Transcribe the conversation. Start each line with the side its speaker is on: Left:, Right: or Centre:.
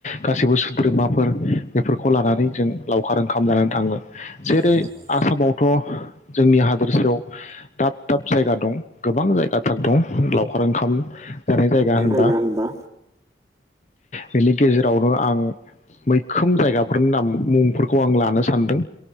Left: गासैबो सोद्रोमाफोर बेफोरखौ लानानै जों लावखार ओंखाम जानानै थाङो। जेरै
Right: औ नंगौ
Left: आसामावथ' जोंनि हादोरसायाव दाब दाब जायगा दं गोबां जायगाथार दं लावखार ओंखाम जानाय जायगा आं
Right: जायगा होनबा
Left: बेनि गेजेरावनो आं मैखोम जायगाफोरनि नाम मुंफोरखौ आं लानो सानदों।